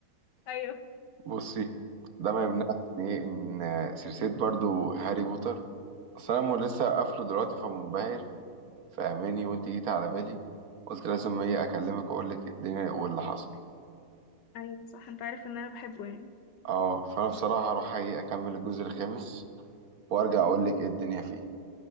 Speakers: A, on the left (about 80°); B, on the right (about 60°).
A: <laughs> أيوه
B: بصي ده ما يمنعش ان ايه ان سلسله برضو هاري بوتر اصل انا مو- لسه قافله دلوقتي فمنبهر فاهماني وانت جيت على بالي قلت لازم ايه اكلمك واقول لك الدنيا واللي حصل
A: أيوه صح أنت عارف إن أنا بحبه يعني
B: اه فانا بصراحه هروح ايه اكمل الجزء الخامس وارجع اقول لك ايه الدنيا فيه